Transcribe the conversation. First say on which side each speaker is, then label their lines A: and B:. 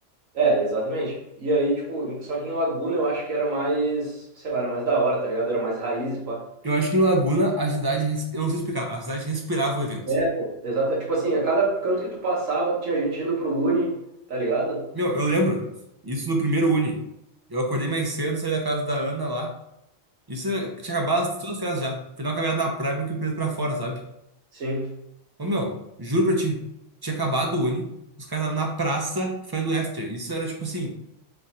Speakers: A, on the right (about 80°); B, on the right (about 35°).
A: É, exatamente. E aí, tipo, em- só que em Laguna eu acho que era mais, sei lá, era mais da hora, tá ligado? Era mais raiz, pá.
B: Eu acho que em Laguna a cidade, res- eu não sei explicar, a cidade respirava o evento.
A: É, pô, Exato. Tipo assim, a cada canto que tu passava, tinha gente indo pro Uni, tá ligado?
B: Meu, eu lembro isso no primeiro Uni. Eu acordei mais cedo, saí da casa da Ana lá. Isso é- tinha acabado as- todas as festas já. Fui dar uma caminhada na praia porque o preso pra fora, sabe?
A: Sim.
B: Ô, meu, juro pra ti, tinha acabado o Uni, os caras estavam na praça fazendo after. Isso era tipo assim,